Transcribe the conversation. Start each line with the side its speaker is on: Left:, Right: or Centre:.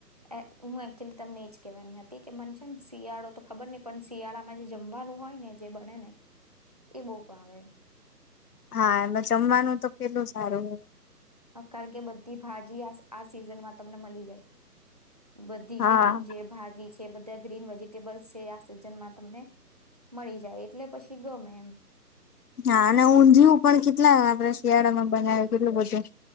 Right: એ હું એકચુલી તમને એજ કેવાની હતી કે મન છે ને શિયાળો તો ખબર નહીં પણ શિયાળામાં જે જમવાનું હોય ને જે બને ને એ બહુ ભાવે.
Left: હા એમાં જમવાનું તો કેટલું સારું હોય.
Right: કારણ કે બધી ભાજી આ આ સિઝનમાં તમને મલી જાય.. બધી
Left: હા
Right: ગ્રીન જે ભાજી છે બધાય... ગ્રીન વેજીિટેબલ્સ છે આ સિઝનમાં તમને મળી જાય એટલે પછી ગમે એમ્
Left: હા અને ઊંધિયું પણ કેટલા આપડે શિયાળામાં બનાવે કેટલું બધું.